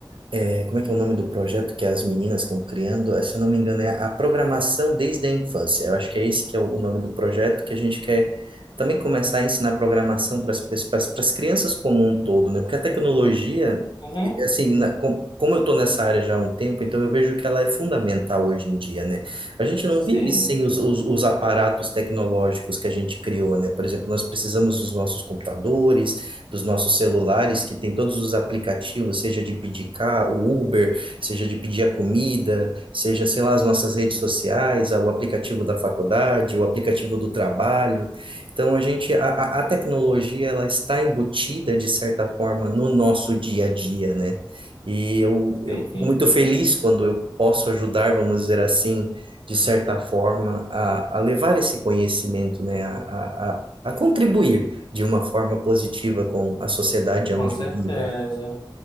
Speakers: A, on the right (about 85°); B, on the left (about 65°).
A: é, como é que é o nome do projeto que as meninas estão criando? Eh, Se eu não me engano, é a programação desde a infância. Eu acho que é esse que é o o nome do projeto que a gente quer também começar a ensinar programação para as pessoas, para as crianças como um todo, né? Porque a tecnologia,
B: Uhum.
A: e- assim, na- com- como eu estou nessa área já há um tempo, então eu vejo que ela é fundamental hoje em dia, né? A gente não
B: Sim.
A: vive sem os, os, os aparatos tecnológicos que a gente criou, né? Por exemplo, nós precisamos dos nossos computadores, dos nossos celulares, que tem todos os aplicativos, seja de pedir carro, o Uber, seja de pedir a comida, seja, sei lá, as nossas redes sociais, o aplicativo da faculdade, o aplicativo do trabalho. Então, a gente, a, a tecnologia, ela está embutida, de certa forma, no nosso dia a dia, né? E eu, eu
B: Sim,
A: fico muito feliz quando eu posso ajudar, vamos dizer assim, de certa forma, a, a levar esse conhecimento, né? A, a, a a contribuir, de uma forma positiva com a sociedade onde
B: com certeza.
A: eu vivo.